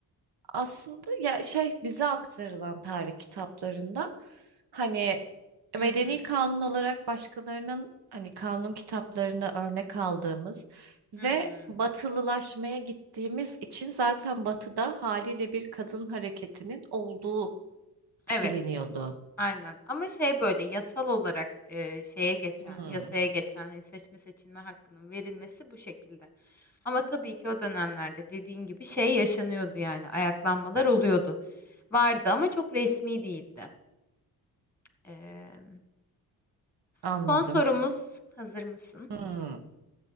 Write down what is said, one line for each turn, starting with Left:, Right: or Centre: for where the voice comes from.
Right: Aslında ya, şey, bize aktarılan tarih kitaplarında, hani,
Centre: Hı
Right: medeni
Centre: hı,
Right: kanun olarak başkalarının, hani, kanun kitaplarını örnek aldığımız ve
Centre: hı hı.
Right: batılılaşmaya gittiğimiz için zaten Batı'da haliyle bir kadın hareketinin olduğu
Centre: Evet,
Right: biliniyordu.
Centre: aynen. Ama şey böyle yasal olarak e, şeye geçen,
Right: Hımm,
Centre: yasaya geçen hani seçme seçilme hakkının verilmesi bu şekilde. Ama tabii ki o dönemlerde dediğin gibi şey yaşanıyordu yani ayaklanmalar oluyordu. Vardı ama çok resmi değildi. Eee,
Right: anladım.
Centre: son sorumuz hazır mısın?
Right: Hımm.